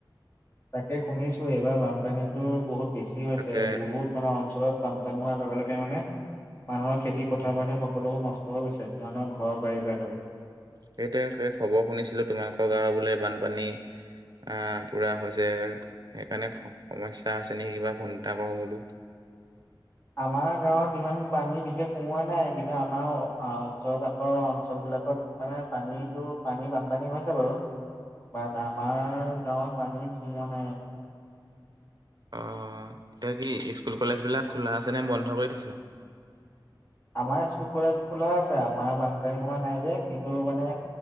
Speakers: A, on the left; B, on the right.
A: তাকে শুনিছো এইবাৰ বানপানীতো বহুত বেছি হৈছে
B: তাকে
A: বহুত মান অঞ্চলত বানপানী হোৱাৰ লগে লগে মানে মানুহৰ খেতি পথাৰ
B: উম,
A: মানে সক- সকলোবোৰ নষ্ট হৈ গৈছে মানুহৰ ঘৰৰ বাৰি পাই চ-
B: সেইটোৱে হে খবৰ শুনিছিলো তোমালোকৰ গাঁৱ বোলে বানপানী আ পুৰা হৈছে সেইকাৰণে সমস্যা আছে নেকি কিবা, ফোন এটা কৰো বোলো।
A: আমাৰ গাঁৱত ইমান পানী বিশেষ সোমোৱা নাই। কিন্তু আমাৰ ওচৰৰ কাষৰ অঞ্চলবিলাকত মানে পানীতো পানী বানপানী হৈছে বাৰু। বাট আমাৰ গাঁৱত পানী সোমোৱা নাই।
B: অ এতিয়া কি স্কুল কলেজ বিলাক খোলা আছে নে বন্ধ কৰি থৈছে?
A: আমাৰ স্কুল কলেজ খোলা আছে, আমাৰ বানপানী হোৱা নাই যে কিন্তু মানে